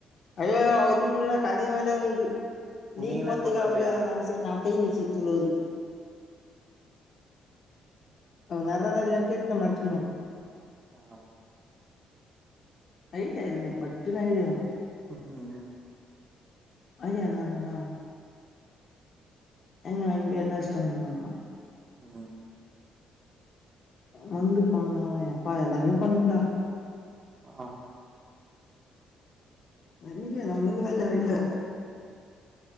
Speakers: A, on the left; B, on the right.
A: அய்யோ அவுதுடா காதயே வேலயாகாது நீங்க
B: நீங்களே
A: போத்துக்க
B: பண்ணுன்றியா
A: அங்க நாங்க சு சொல்லரு நரட இல்ல கேட்டு நம் நட்டு இருந்தோம்
B: ஆ
A: ஐடியா இல்லே பட்டின ஐடியா
B: உம் உம்
A: அது அல்லங்கா என்ன வேன பே என்ன இஷ்டம் வந்தா
B: உம்
A: வந்து போண்ணு எப்பா எல்லாமே பண்ணண்டா
B: ஆ
A: எங்க நம்ளல்ல வேல்ல இல்ல